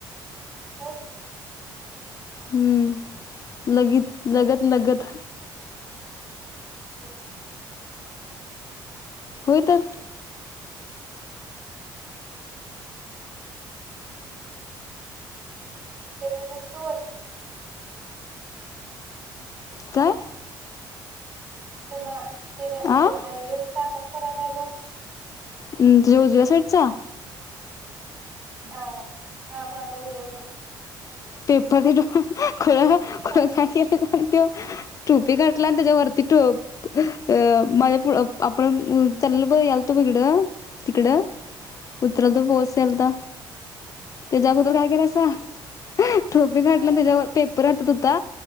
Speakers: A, on the right; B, on the left.
A: <unintelligible>
B: हम्म लगीत लगत लगत
A: <unintelligible>
B: होय तर
A: त्येनी नुसत वरती <unintelligible>
B: काय?
A: कुमार तेनी <unintelligible>
B: आ
A: आय ए एस चा <unintelligible> कर नाय गं
B: उ तुज्या उजव्या साईटचा
A: डावा, हा माझ्या उजव्या साईड
B: पेपर <unintelligible> खुळं
A: नाही काय
B: खुळ <unintelligible> त्यो टोपी घातला आणि त्याच्या वरती टोप, अ माझ्या फु अ आपण उ चाललेल बघ यालतो बग हिकडं, तिकडं उतरालतो पाऊस यालता. त्येज्या अगोदर
A: हा
B: काय केला सा <unintelligible> ठोपी घातला
A: हा.
B: आणि त्याच्यावर ते त्यो राहतत हुता